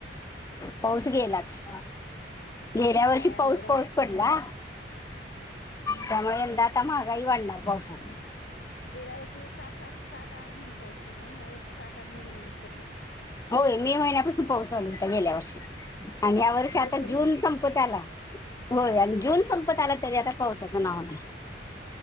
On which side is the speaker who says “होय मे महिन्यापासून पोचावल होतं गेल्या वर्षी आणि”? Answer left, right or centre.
Left